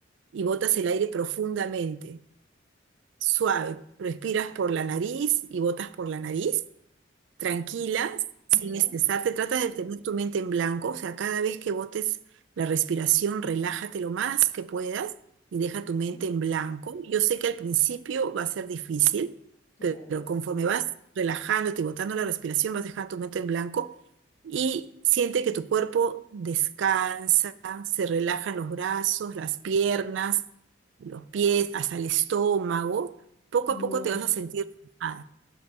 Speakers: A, on the right (about 70°); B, on the left (about 40°).
A: y botas el aire profundamente. Suave, respiras por la nariz y botas por la nariz tranquila,
B: Ok. Ya,
A: sin estresarte, Trata de tener tu mente en blanco, o sea, cada vez que botes la respiración, relájate lo más que puedas y deja tu mente
B: ya,
A: en blanco. Yo sé que al principio va a ser difícil,
B: claro.
A: pero, conforme vas relajándote y botando la respiración, vas dejando tu mente en blanco y siente que tu cuerpo descansa, se relajan los brazos, las piernas, los pies, hasta el estómago. Poco
B: wow.
A: a poco te vas a sentir relajada.